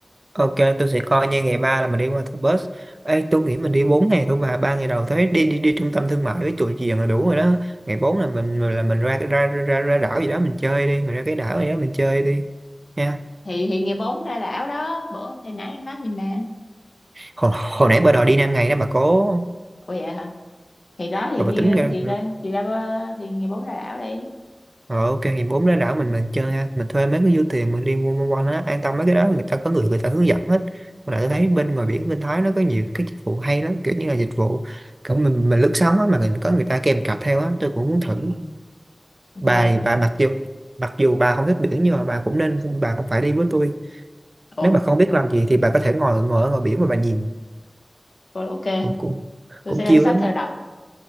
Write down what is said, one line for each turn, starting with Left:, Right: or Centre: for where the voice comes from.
Right: ok tôi sẽ coi như ngày ba là mình đi qua thờ bus Ê, tôi nghĩ mình đi 4 ngày thôi mà ba ngày đầu thấy đi đi đi trung tâm thương mại với chùa chiền là đủ rồi đó ngày bốn là mình là mình ra ra ra, ra đảo gì đó mình chơi đi mình ra cái đảo gì đó mình chơi đi nha
Left: thì thì ngày 4 ra đảo đó bữa hôm thầy nãy em nói gì mà
Right: hồi, hồi nãy bà đòi đi 5 ngày đó bà cố
Left: ủa vậy hả thì đó thì
Right: rồi
Left: đi
Right: bà tính ra
Left: thì ra thì ra bờ- thì ngày bốn ra đảo đi
Right: Ờ, ok ngày bốn ra đảo mình mình chơi ha mình thuê mấy cái du thuyền mình đi quanh quanh quanh á an tâm mấy cái đó người ta có người người ta hướng dẫn hết mà lại tôi thấy bên ngoài biển bên Thái nó có nhiều cái dịch vụ hay lắm kiểu như là dịch vụ kiểu mình mình lướt sóng á mà người, có người ta kèm cặp theo á tôi cũng muốn thử
Left: ừ, ok
Right: bà bà mặc dù mặc dù bà không thích biển nhưng mà bà cũng nên bà cũng phải đi với tôi
Left: ủa
Right: nếu bà không biết làm gì thì bà có thể ngồi ngồi ở ngoài biển mà bà nhìn
Left: cô- ok
Right: cũng cũng
Left: tôi
Right: cũng
Left: sẽ đem
Right: chill
Left: sách
Right: lắm
Left: theo
Right: á.
Left: đọc